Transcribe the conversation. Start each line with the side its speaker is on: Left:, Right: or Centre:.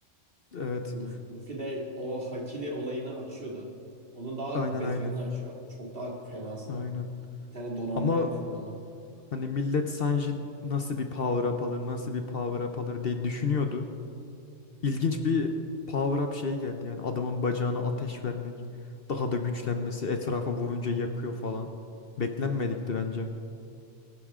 Left: evet
Right: Luffy, Luffy de o Hakili olayını açıyordu. Onun daha
Left: aynen
Right: beterini
Left: aynen
Right: açıyor. Çok daha fenasını.
Left: aynen.
Right: Bir tane donanmaya
Left: Ama
Right: atıyordu onu.
Left: hani millet Sanji nasıl bir power up alır nasıl bir power up alır diye düşünüyordu. İlginç bir power up şey geldi yani adamın bacağına ateş vermek. Daha da güçlenmesi etrafa vurunca yakıyor falan. Beklenmedikti bence.